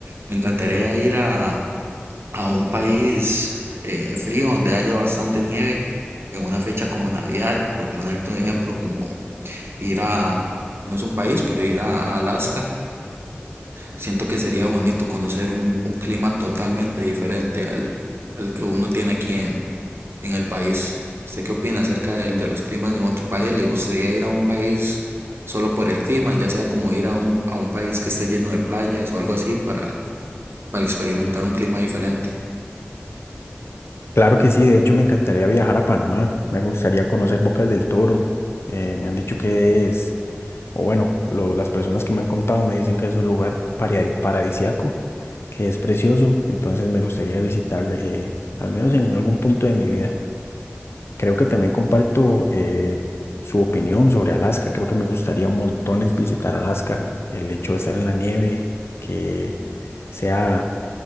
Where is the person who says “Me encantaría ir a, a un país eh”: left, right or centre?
Right